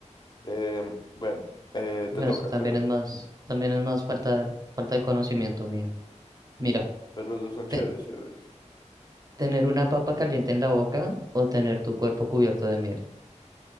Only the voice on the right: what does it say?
Bueno,
eso también
es más, también es más falta, falta de conocimiento mía. Mira,
ten-
tener una papa caliente en la boca o tener tu cuerpo cubierto de miel.